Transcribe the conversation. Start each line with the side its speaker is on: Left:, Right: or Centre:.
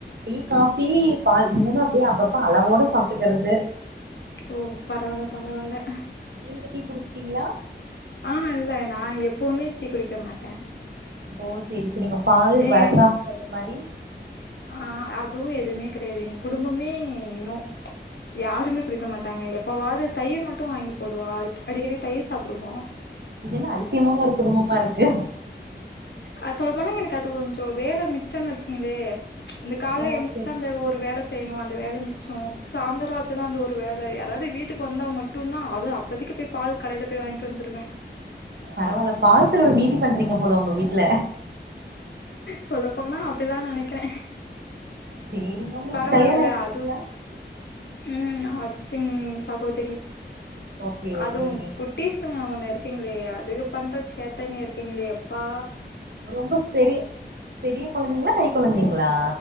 Right: டீ காஃபி பால் மூணு அப்டியே அப்பப்ப அளவோட சாப்டுக்கறது
Left: ஓ பரவால்ல பரவால்ல
Right: நீங்க டீ குடிச்ட்டீங்ளா
Left: ஆ நா இல்ல நா எப்போமே டீ குடிக்க மாட்டே
Right: ஓ சேரி சேரிங்க பால்
Left: ஏ
Right: வர காஃபி அந்த மாரி
Left: ஆ அதுவு எதுமே கெடயாது எங் குடும்பமே நோ யாருமே குடிக்க மாட்டாங்க எப்பவாது தயிர் மட்டு வாங்கி போடுவா அடிக்கடி தயிர் சாப்டுவோ
Right: இது என்ன அதிசியமான ஒரு குடும்பமா இருக்கு
Left: அ சொல்ல போனா எனக்கு அது கொஞ்சொ வேல மிச்சோன் வச்சுக்கங்ளே இந்த கால்ல
Right: ஓ
Left: எந்திச்சா
Right: சேரி
Left: அந்த ஒரு வேல செய்ணு அந்த வேல மிச்சோ சாந்த்ரோ ஆச்சுனா அந்த ஒரு வேல யாராது வீட்டுக்கு வந்தா ம ட்டுந்தா அது அப்பதிக்கு போய் பால் கடைல போய் வாய்ன்ட்டு வந்துருவே
Right: பரவால்ல பால் செலவு மீதி பண்றீங்க போல ஒங்க வீட்ல
Left: சொல்ல போனா அப்டிதா நெனைக்கிறே
Right: சேரிங்க உங்களுக்கு
Left: பரவால்லல
Right: கல்யாண ஆயிடுச்சுங்களா
Left: அது ம் ஆச்சிங் சகோதிரி
Right: ஓகே ஓகேங்க
Left: அதுவு கு ட்டிஸுங்க ஒண்ணு இருக்குங்ளே அதுக பண்ற சேட்டைங்க இருக்குங்ளே யப்பா
Right: ரொம்ப பெரி பெரிய கொழந்தைங்ளா கை கொழந்தைங்ளா